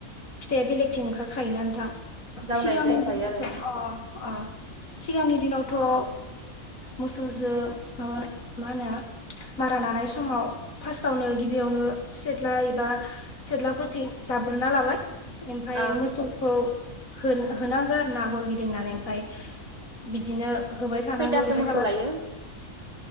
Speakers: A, on the left; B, on the right.
A: फिथाइआ बेलेगथिं ओंखारखायोना नोंथां?
B: जावनाय
A: सिगांनि
B: जायखायो
A: दिनावथ'
B: आरो
A: अ अ सिगांनि दिनावथ' ओ मोसौजों माबानाय मा होनो मारा नानाय समाव फास्तयावनो गिबि बेयावनो सिथ्ला एबा सिथ्लाफोरथि जाब्रेना लाबाय ओमफाय
B: ओ
A: मोसौखौ होन होनांगौ आरो ना गल गिदिंनानै ओमफाय बिदिनो होबाय थानांगौ
B: खैथासो
A: होबाय
B: मोसौ
A: थाबाथाय
B: लायो।